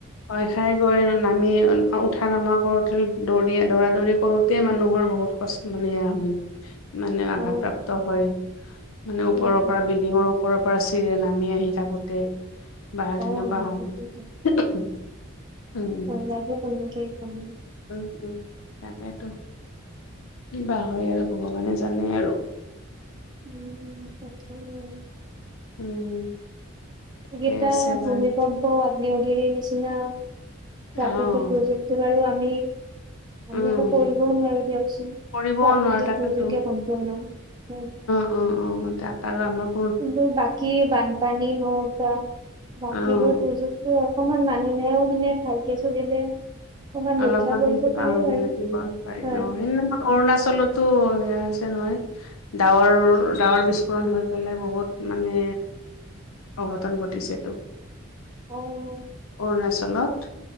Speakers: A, on the left; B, on the right.
A: ভয় খাই গৈ নামি, উঠা নমা কৰোঁতে দৌৰি- দৌৰা- দৌৰি কৰোতেই মানুহৰ বহুত হয় মানে, আঘাতপ্ৰাপ্ত
B: অ'
A: হয়, মানে ওপৰৰ
B: হয় হয়
A: পৰা বি বিল্ডিঙৰ ওপৰৰ পৰা চিৰিৰে নামি আহি থাকোঁতে বা
B: অ'
A: তেনেকুৱা হয়
B: তাকেইতো
A: <unintelligible> উম
B: <unintelligible>
A: উম- উম তাকেইতো। কিবা হয় আৰু ভগৱানে জানে আৰু।
B: উম তাকে।
A: উম। ঠিকে
B: এইকেইটা
A: আছে
B: ভূমিকম্প,
A: বাৰু
B: আগ্নেয়গিৰি নিচিনা, প্ৰাকৃতিক
A: অ',
B: দুৰ্যোগ টো বাৰু আমি-
A: উম।
B: আমি একো কৰিবও নোৱাৰোঁ দিয়কচোন।
A: কৰিবও
B: প্ৰাকৃতিক
A: নোৱাৰো তাকেতো
B: দুৰ্যোগে সম্পূৰ্ণ, উম।
A: উম, উম তাত আৰু আমাক
B: কিন্তু বাকী বানপানী হওঁক বা বাকীবোৰ
A: অ'।
B: দুৰ্যোগ ত অকমান মানুহেও মানে ভালকে চলিলে, অকমান
A: অলপমান
B: ৰক্ষা কৰিব পাৰে
A: অ',
B: বাৰু হয়।
A: পাৰিম অ', সেইদিনাখন অৰুণাচলতো সেয়া হৈছে নহয়। ডাৱৰ- ডাৱৰ বিস্ফোৰণ হৈ পেলাই বহুত মানে অঘটন ঘটিছেটো
B: অ',
A: অৰুণাচল ফলত,